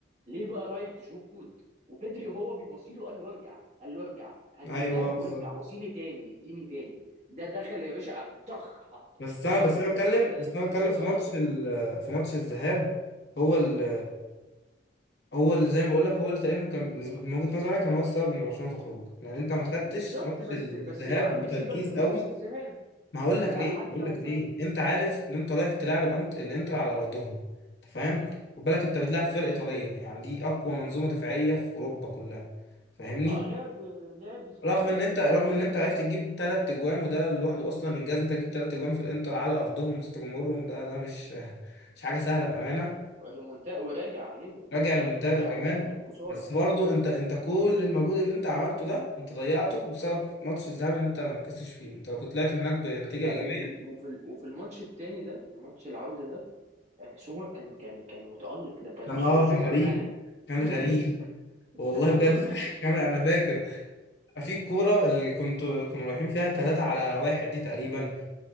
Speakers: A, on the right; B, on the left.
A: ليه بقى رايح تشوط وبيدري وهو بيبصيله قال له ارجع قال له ارجع هدي
B: ايوه
A: اللعب
B: بالظبط
A: وارجع بصيلي تاني اديني تاني ده دخل يا باشا قام طخ حط
B: بس
A: طبعا
B: انا بس
A: وزومر
B: انا بتكلم بس
A: آه،
B: انا
A: كان
B: بتكلم
A: متألق
B: في ماتش ال... في ماتش الذهاب هو ال... هو اللي زي ما بقول لك هو اللي تقريبا كان بالنسبه من وجهه نظري أنا كان هو السبب ان برشلونه تخرج لان انت ما خدتش
A: بالظبط
B: ماتش
A: بس
B: الذهاب
A: بس يا عم
B: بتركيز
A: سيبك من ماتش
B: قوي
A: الذهاب
B: ما هقول
A: انت
B: لك
A: عدى
B: ليه هقول
A: وفات
B: لك ليه انت عارف ان انت رايح تلعب الانت... الانتر على ارضهم انت فاهم
A: مم.
B: خد بالك انت بتلعب فرقه ايطاليه يعني دي اقوى منظومه دفاعيه في اوروبا كلها فاهمني
A: اه لعب لعب زباله
B: رغم ان انت رغم
A: لعبهم
B: ان انت
A: زباله
B: عرفت تجيب ثلاث اجوان وده لوحده اصلا انجاز انت تجيب ثلاث اجوان في الانتر على ارضهم وسط جمهورهم ده ده مش مش حاجه سهله بامانه
A: ريمونتا وراجع عليهم
B: راجع للمنتدى
A: انت راجع
B: كمان
A: عليهم من خساره
B: بس برضو انت انت كل المجهود اللي انت عملته ده انت ضيعته بسبب ماتش الذهاب اللي انت ما ركزتش فيه انت لو كنت طلعت من هناك بنتيجه
A: لا
B: ايجابيه
A: وفي ال... وفي ال... وفي الماتش التاني ده ماتش العوده ده آه سومر كان كان كان متالق ده كان
B: كان
A: سو...
B: اه
A: سومر
B: كان غريب
A: مان
B: كان
A: <laughs>
B: غريب والله
A: كان سومر
B: بجد
A: مان مش
B: <laughs>
A: سومر
B: كان انا فاكر في الكوره اللي كنت كانوا رايحين فيها ثلاثة على واحد دي تقريبا